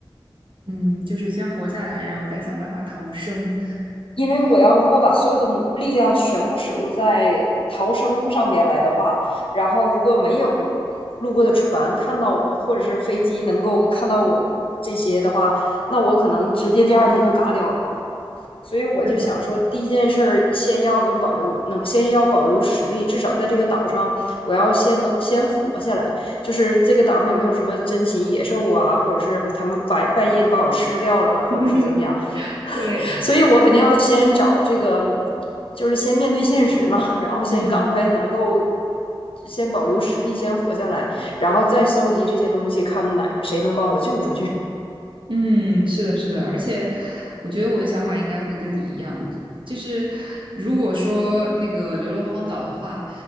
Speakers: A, on the right; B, on the left.
A: 嗯，就是先活下来，然后再想办法逃生。
B: 因为我要如果把所有的力量全部使用在逃生上面来的话，然后如果没有路过的船看到我，或者是飞机能够看到我这些的话，那我可能直接第二天就嘎掉了。所以我就想说，
A: 是的，
B: 第一件事儿先要能保留，能先要保留实力，至少在这个岛上，我要先能先活下来。就是这个岛上有没有什么珍禽野兽啊，或者是他们半半夜就把我吃掉了，或者是怎么样？
A: <laughs> 对，
B: 所以我肯定要先找这个，就是先面对现实嘛，<laughs> 然后先赶快能够
A: 嗯。
B: 先保留实力，先活下来，然后再搜集这些东西，看哪谁能帮我救出去
A: 嗯，是的，是的，而且我觉得我的想法应该会跟你一样，就是如果说那个流落荒岛的话，